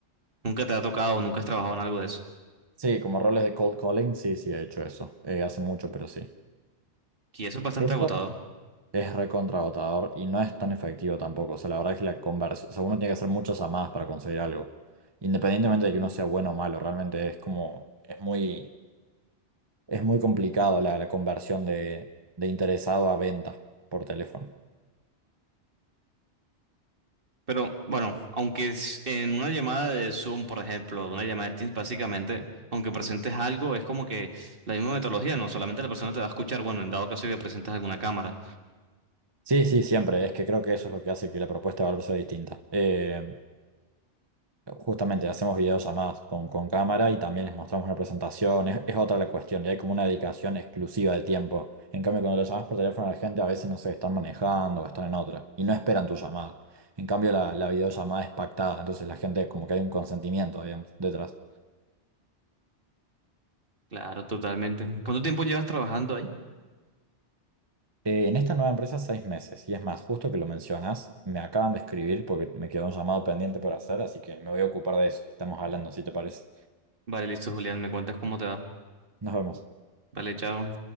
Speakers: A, on the right; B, on the right.
A: Nunca te ha tocado, nunca has trabajado en algo de eso.
B: Sí, como roles de cold calling, sí, sí, he hecho eso. Eh, hace mucho, pero sí.
A: Y eso es bastante
B: Eso.
A: agotador.
B: Es recontragotador y no es tan efectivo tampoco. O sea, la verdad es que la conversión, o sea, uno tiene que hacer muchas llamadas para conseguir algo. Independientemente de que uno sea bueno o malo, realmente es como, es muy, es muy complicado la, la conversión de, de interesado a venta por teléfono.
A: Pero bueno, aunque es en una llamada de Zoom, por ejemplo, una llamada de Teams, básicamente, aunque presentes algo, es como que la misma metodología, no solamente la persona te va a escuchar, bueno, en dado caso que presentes alguna cámara.
B: Sí, sí, siempre. Es que creo que eso es lo que hace que la propuesta de valor sea distinta. Eh, Justamente hacemos videollamadas con, con cámara y también les mostramos una presentación, es, es otra la cuestión, y hay como una dedicación exclusiva de tiempo. En cambio, cuando le llamas por teléfono a la gente, a veces no sé, están manejando o están en otra y no esperan tu llamada. En cambio, la, la videollamada es pactada, entonces la gente como que hay un consentimiento, digamos, detrás.
A: Claro, totalmente. ¿Cuánto tiempo llevas trabajando ahí?
B: Eh, en esta nueva empresa, seis meses, y es más, justo que lo mencionas, me acaban de escribir porque me quedó un llamado pendiente por hacer, así que me voy a ocupar de eso. Estamos hablando, si te parece.
A: Vale, listo, Julián, me cuentas cómo te va.
B: Nos vemos.
A: Vale, chao.